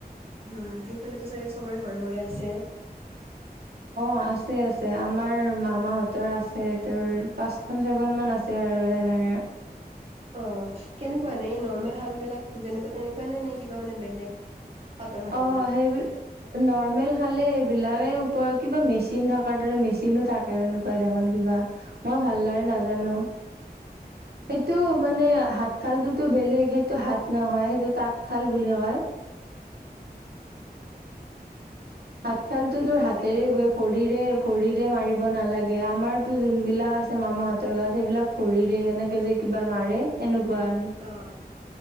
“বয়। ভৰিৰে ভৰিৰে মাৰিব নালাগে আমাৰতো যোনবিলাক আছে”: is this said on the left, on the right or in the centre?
Right